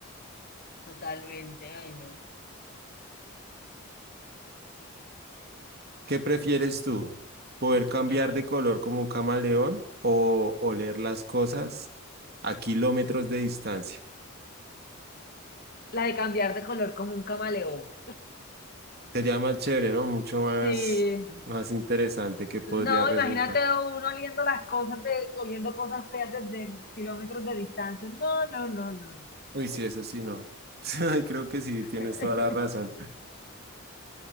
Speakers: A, on the left; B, on the right.
A: totalmente. Ay, no.
B: ¿Qué prefieres tú? ¿Poder cambiar
A: Ajá.
B: de color como un camaleón o oler las cosas a kilómetros de distancia?
A: La de cambiar de color como un camaleón.
B: Sería más chévere, ¿no? Mucho más,
A: Sí.
B: más interesante que podría
A: No,
B: resultar.
A: imagínate uno oliendo las cosas, de, oliendo cosas feas desde kilómetros de distancia. No, no, no, no.
B: Uy, sí, eso sí, no. <laughs> Ay, Creo que sí,
A: <laughs>
B: tienes toda la razón.